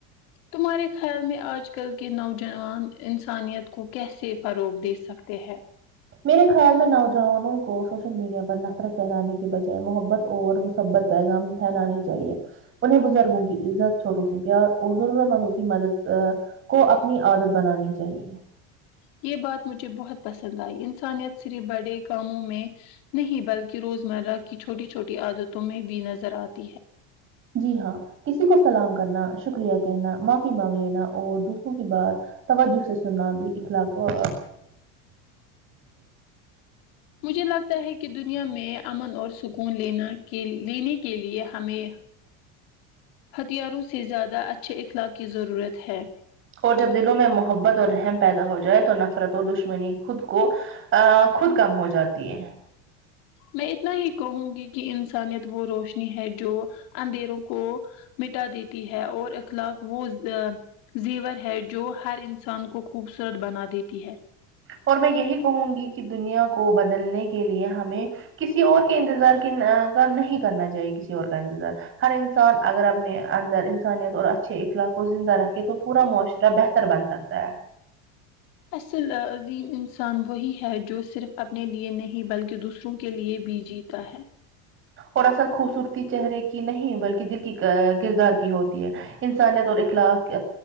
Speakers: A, on the left; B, on the right.
A: تمہارے خیال میں آج کل کے نوجوان انسانیت کو کیسے فروغ دے سکتے ہیں
B: میرے خیال میں نوجوانوں کو سوشل میڈیا پر نفرت پہلانے کی بجائے محبت اور محبت پیغام پھیلانے چاہیے انہیں بزرگوں کی عزت چھوٹوں سے پیار اور ضرورت مندوں کی مدد کو اپنی عادت بنانی چاہیے
A: یہ بات مجھے بہت پسند آئی انسانیت صرف بڑے کاموں میں نہیں بلکہ روزمرہ کی چھوٹی چھوٹی عادتوں میں بھی نظر آتی ہے
B: جی ہاں کسی کو سلام کرنا شکریہ کہنا معافی مانگ لینا اور دوسروں کی بات توجہ سے سننا بھی اخلاق کو
A: مجھے لگتا ہے کہ دنیا میں امن اور سکون لینا کے لینے کے لیے ہمیں ہتھیاروں سے زیادہ اچھے اخلاق کی ضرورت ہے
B: اور جب دلوں میں محبت اور رحم پیدا ہو جائے تو نفرت اور دشمنی خود کو ا خود کم ہو جاتی ہے
A: میں اتنا ہی کہوں گی کہ انسانیت وہ روشنی ہے جو اندھیروں کو مٹا دیتی ہے اور اخلاق وہ زیور ہے جو ہر انسان کو خوبصورت بنا دیتی ہے
B: اور میں یہی کہوں گی کہ دنیا کو بدلنے کے لیے ہمیں کسی اور کے انتظار کے کا نہیں کرنا چاہیے کسی اور کا انتظار ہر انسان اگر اپنے اندر انسانیت اور اچھے اخلاق کو زندہ رکھے تو پورا معاشرہ بہتر بن سکتا ہے
A: اصل عظیم انسان وہی ہے جو صرف اپنے لیے نہیں بلکہ دوسرا کے لیے بھی جیتا ہے
B: اور اصل خوبصورتی چہرے کی نہیں بلکہ دل کی کردار کی ہوتی ہے انسانیت اور اخلاق